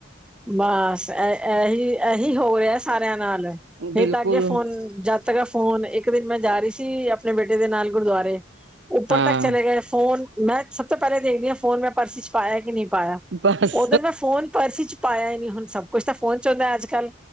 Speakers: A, in the centre; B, on the right (about 60°).
A: ਬਸ, ਇਹੀ ਇਹੀ ਹੋ ਰਿਹਾ ਸਾਰਿਆਂ ਨਾਲ,
B: ਬਿਲਕੁਲ
A: ਨਹੀਂ ਤਾਂ ਅੱਗੇ ਫੋਨ ਜਦ ਤ ਫੋਨ, ਇੱਕ ਦਿਨ ਮੈਂ ਜਾ ਰਹੀ ਸੀ, ਆਪਣੇ ਬੇਟੇ ਦੇ ਨਾਲ, ਗੁਰਦੁਆਰੇ ਉੱਪਰ
B: ਹਾਂ
A: ਤੱਕ ਚਲੇ ਗਏ, ਫੋਨ ਮੈਂ ਸਭ ਤੋਂ ਪਹਿਲਾਂ ਦੇਖਦੀ ਹਾਂ, ਫੋਨ ਮੈਂ ਪਰਸ ਚ ਪਾਇਆ ਕਿ ਨਹੀਂ। ਪਾਇਆ,
B: ਬਸ
A: ਉਦਨ, ਮੈਂ ਫੋਨ ਪਰਸ ਹੀ ਚ ਪਾਇਆ ਹੀ ਨਹੀਂ, ਹੁਣ ਸਭ ਕੁਛ ਤਾਂ ਫੋਨ ਚ ਹੁੰਦਾ ਹੈ, ਅੱਜ ਕੱਲ੍ਹ।